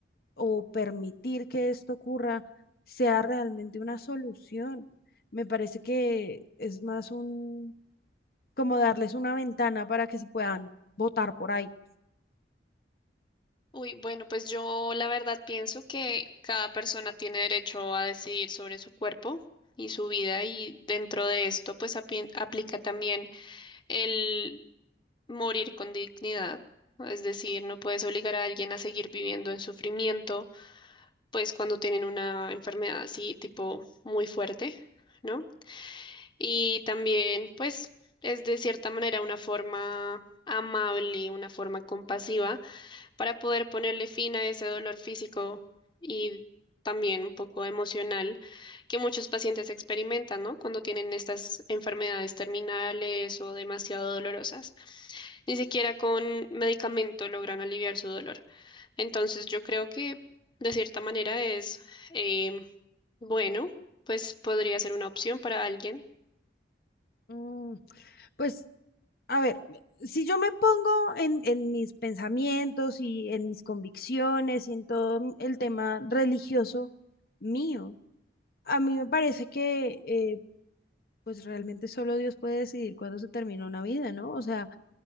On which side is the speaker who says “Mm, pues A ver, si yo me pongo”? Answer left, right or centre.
Left